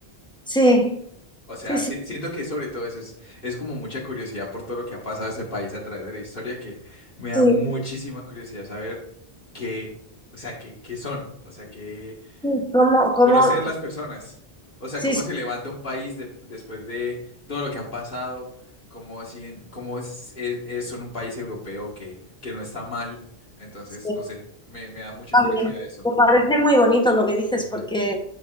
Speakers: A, in the centre; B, on the left.
A: Sí,
B: O sea,
A: sí, sí,
B: si- siento que sobre todo eso es, es como mucha curiosidad por todo lo que ha pasado ese país a través de la historia que me da
A: sí.
B: muchísima curiosidad saber qué, o sea, qué, qué son, o sea, qué,
A: sí, ¿Cómo, cómo-
B: Conocer las personas. O sea,
A: sí,
B: cómo
A: sí,
B: se levanta un país de- después de todo lo que han pasado, cómo, siguen- cómo es, es- es- son un país europeo que, que no está mal. Entonces,
A: sí.
B: no sé, me, me da mucha
A: Está
B: curiosidad
A: bien.
B: eso.
A: Me parece muy bonito lo que dices,
B: Ujú,
A: porque